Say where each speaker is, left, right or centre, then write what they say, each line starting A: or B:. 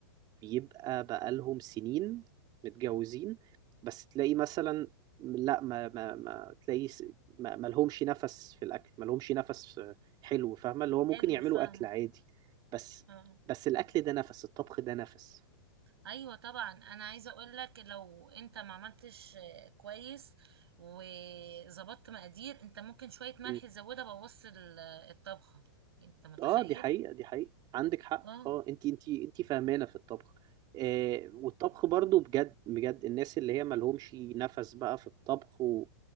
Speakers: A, on the right; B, on the right.
A: بيبقى بقالهم سنين متجوزين بس تلاقي مثلا لا ما ما ما تلاقي س- ما ما لهمش نفس في الاكل ما لهمش نفس حلو فاهمه اللي هو ممكن
B: حلو
A: يعملوا
B: فاهمه
A: اكل عادي بس
B: آه.
A: بس الاكل ده نفس الطبخ ده نفس
B: ايوه طبعا انا عايزه اقول لك لو انت ما عملتش آه، كويس وظبطت مقادير انت ممكن شويه ملح
A: مم.
B: تزودها بوص ال- الطبخه انت متخيل
A: اه دي حقيقه دي حقيقه عندك حق
B: اه
A: اه انت انت انت فاهمانه في الطبخ آه والطبخ برضو بجد بجد الناس اللي هي ما لهمش نفس بقى في الطبخ و...